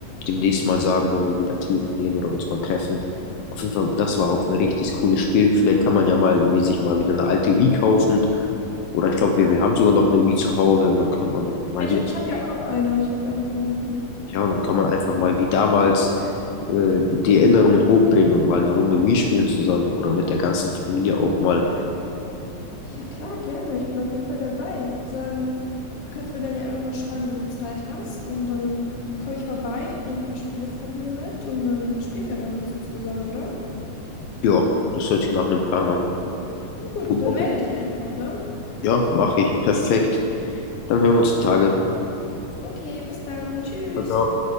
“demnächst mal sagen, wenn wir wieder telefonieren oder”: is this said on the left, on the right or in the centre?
Left